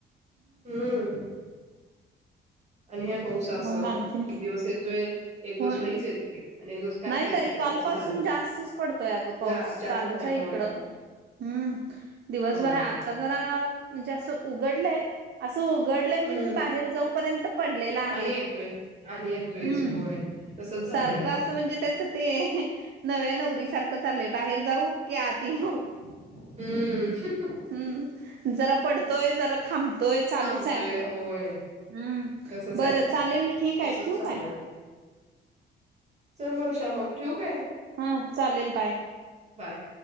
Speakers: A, on the right (about 35°); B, on the right (about 55°).
A: हम्म आणि हे पाऊस अस,
B: मग आणखीन
A: एक दिवस येतोय एक दिवस
B: होय
A: लहीच येतोय, आणि एक दिवस काहीच
B: नाही
A: येत
B: तरी कालपासून
A: असं झालंय
B: जास्तच पडतोय, अगं पाऊस
A: जा जास्त
B: चालूच आहे
A: होय
B: इकडं. हम्म दिवसभर
A: होय होय
B: आता. जरा म्हणजे अस उघडलय, असं उघडलय म्हणून
A: हम्म
B: बाहेर जाऊपर्यंत पडलेला आहे.
A: आणि येतोय, आणि येतोयच
B: हम्म
A: होय. तसच झालंय
B: सारखं
A: अगं
B: असं म्हणजे त्याच ते नव्या नवरी सारखं चाललंय, बाहेर जाऊ की आती येऊ?
A: हम्म
B: हम्म जरा पडतोय, जरा थांबतोय, चालूच
A: थांबतोय
B: आहे आपलं
A: होय.
B: हम्म,
A: तसच
B: बरं
A: आहे
B: चालेल ठीक आहे
A: तसच
B: ठीऊ
A: चालू
B: काय?
A: आहे चल वर्षा मग, ठेऊ काय?
B: हा चालेल, बाय.
A: बाय.